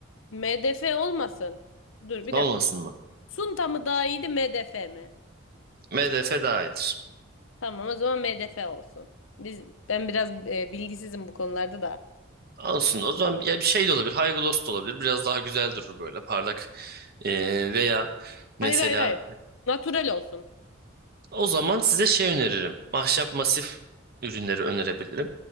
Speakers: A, on the left (about 70°); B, on the right (about 50°).
A: MDF olmasın. Dur bir
B: Olmasın
A: dakika.
B: mı?
A: Sunta mı daha iyiydi MDF mi?
B: MDF daha iyidir.
A: Tamam o zaman MDF olsun. Biz ben biraz e, bilgisizim bu konularda da.
B: Olsun. O zaman ya bir şey de olabilir. Haygulos da olabilir. Biraz daha güzel durur böyle parlak. Ee, veya
A: Hayır
B: mesela
A: hayır hayır. Natural olsun.
B: o zaman size şey öneririm. Ahşap masif ürünleri önerebilirim.